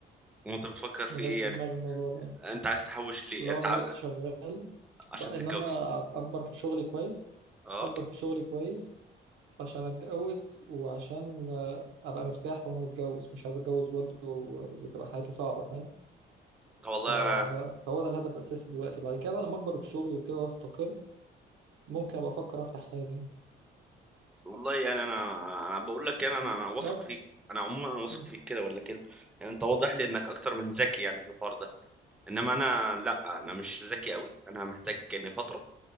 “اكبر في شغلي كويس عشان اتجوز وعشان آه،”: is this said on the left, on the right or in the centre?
Right